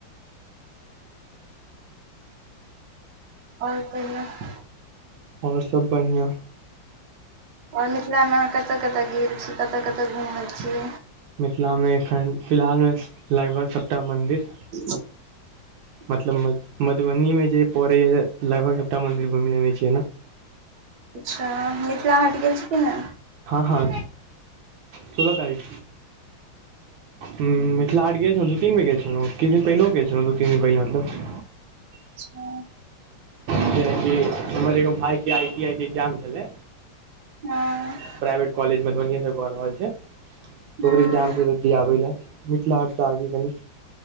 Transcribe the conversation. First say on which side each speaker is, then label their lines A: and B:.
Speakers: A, on the right; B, on the right.
A: और कहियौ <unintelligible>
B: आओर सब बढ़िया
A: और मिथिला मे अहाँ कतए कतए गेल छी कतय कतय घुमल छी
B: मिथिला मे एखन फिलहाल मे लगभग सबटा मंदिर
A: <inaudible>
B: मतलब मधुबनी मे जे पड़ै ये लगभग सबटा मंदिर घुमि लेने छी ओना
A: अच्छा मिथिला हाट गेल छी की नै
B: हँ हँ सोलह तारीख मिथिला आट गेल छलहुँ दू तीन बेर गेल छलहुँ किछु दिन पहिनेहो गेल छलहुँ दू तीन दिन पहिने मतलब
A: अच्छा
B: कियेकी हमर एगो भाय के आई टी आई के एग्जाम छेलै
A: हँ
B: प्राइवेट कॉलेज मधुबनियें से कऽ रहल छै तऽ
A: हूँ
B: ओकर इक्जाम छै तऽ दियाबै लए मिथिला हाटसँ आगु कनी